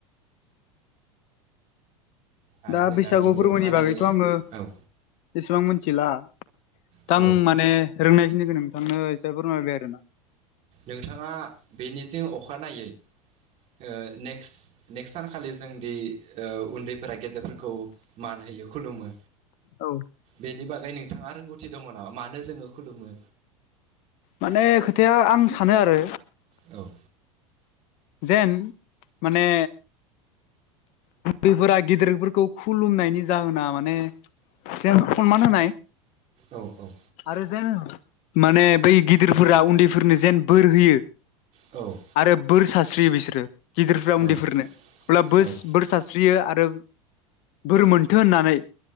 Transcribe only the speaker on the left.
दा
बैसागु
फोरबोनि
बागैथ' आङो
एसेबां मिथिला दा
आं माने रोंनायखिनिखौ नोंथांनो एसे फोरमायबाय आरो ना
औ
माने खोथाया आं सानो आरो
जेन माने बेफोरा गेदिरफोरखौ खुलुमनायनि जाहोना माने जेन सनमान होनाय
आरो जेन माने बै गिदिरफोरा उन्दैफोरनो जेन बोर होयो
आरो बोर सारास्रियो बिसोरो गिदिरफोरा
उन्दैफोरनो अब्ला बोर
बोर स्रि स्रियो आरो बोर मोनथो होननानै